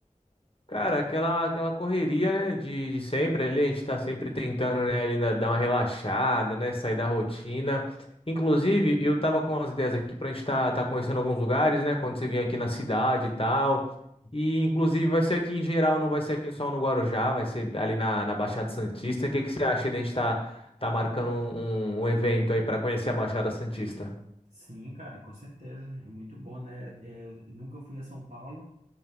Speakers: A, on the left (about 45°); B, on the right (about 85°).
A: Cara, aquela, aquela correria, né, de, de sempre ali, a gente tá sempre tentando, né, ali na- dar uma relaxada, né, sair da rotina. Inclusive, eu tava com as ideias aqui pra gente tá, tá conhecendo alguns lugares, né, quando você vier aqui na cidade e tal. E, inclusive, vai ser aqui em geral, não vai ser aqui só no Guarujá, vai ser ali na, na Baixada Santista. O que que você acha de a gente tá, tá marcando um, um evento aí pra conhecer a Baixada Santista?
B: Sim, cara, com certeza. É muito bom, né? É, eu nunca fui a São Paulo